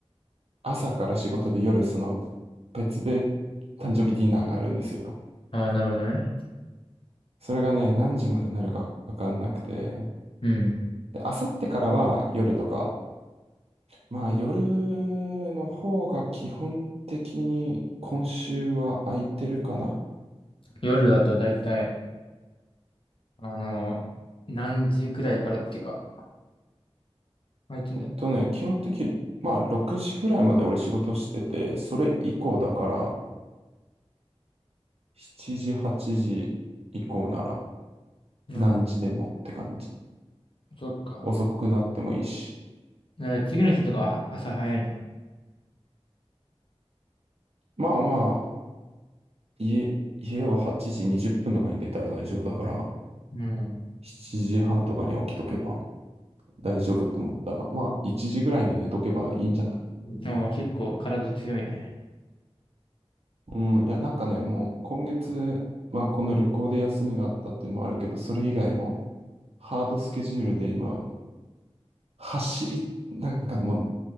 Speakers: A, on the right; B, on the left.
A: 朝から仕事で夜、その別で誕生日ディナーがあるんですよ。
B: ああ、なるほどね。
A: それがね、何時までなるかわかんなくて。
B: うん。
A: で、あさってからは夜とか、まあ夜の方が基本的に今週は空いてるかな。
B: 夜だと大体、あの、何時くらいからっていうか、空いてんだよ。
A: えっとね、基本的に、まあ6時ぐらいまで俺仕事してて、それ以降だから7時、8時以降なら
B: なるほ
A: 何時でもって感じ。
B: ど。そっか。
A: 遅くなってもいいし。
B: ね次の日とかは朝早いの。
A: まあまあ、家、家は8時20分とかに出たら大丈夫だから、
B: うん。
A: 7時半とかに起きとけば大丈夫って思ったら、まあ1時ぐらいに寝とけばいいんじゃない
B: ああ、結構体強いね。
A: うん、いや、なんかね、もう今月、まあこの旅行で休みがあったっていうのはあるけど、それ以外もハードスケジュールで今、走り、なんかもう